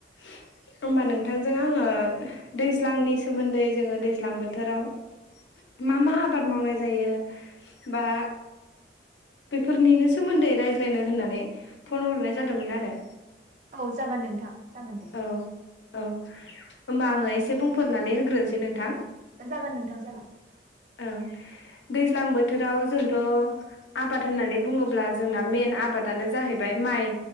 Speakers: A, on the left; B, on the right.
A: होनोमबा नोंथांजों आङो दैज्लांनि सोमोन्दै जोङो दैज्लां बोथोराव मा मा आबाद मावनाय जायो बा बेफोरनिनो सोमोन्दै रायज्लायनो होननानै फन हरनाय जादोंमोन आरो।
B: औ जागोन नोंथां जागोन दे
A: औ औ होनबा आङो एसे बुंफोरनानै होग्रोनोसै नोंथां।
B: जागोन नोंथां जागोन
A: ओं दैज्लां बोथोराव जोंथ' आबाद होननानै बुङोब्ला जोंना मेन आबादानो जाहैबाय माइ